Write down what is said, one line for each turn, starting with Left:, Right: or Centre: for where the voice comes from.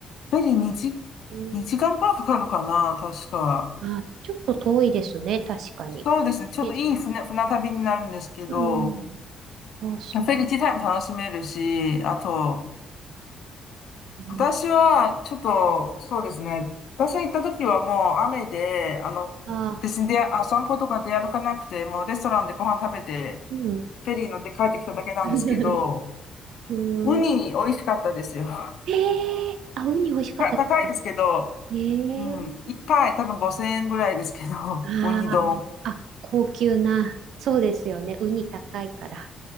Left: フェリー2時、
Right: えー
Left: 2時間くらいかかるかな、確か。
Right: あ、ちょっと遠いですね、確かに。
Left: そうですね、ちょっといい船、
Right: 地図。
Left: 船旅になるんですけど、
Right: うん。あ、そう。
Left: フェリー自体も楽しめるし、あと、
Right: うん
Left: 私はちょっと、そうですね、私が行った時はもう雨で、あの、
Right: あ、
Left: 別に出あ、散歩とか出歩かなくて、もうレストランでご飯食べて、
Right: うん。
Left: フェリー乗って帰ってきただけなんですけど、
Right: <laughs> うーん。
Left: ウニ美味しかったですよ。<laughs>
Right: <laughs> ええあ、ウニ美味しかったですか。
Left: た高いですけど、
Right: え
Left: うん。
Right: え
Left: 一杯多分5000円ぐらいですけど、
Right: あ
Left: <laughs> ウニ丼。
Right: あ、あ、高級な。そうですよね。ウニ高いから。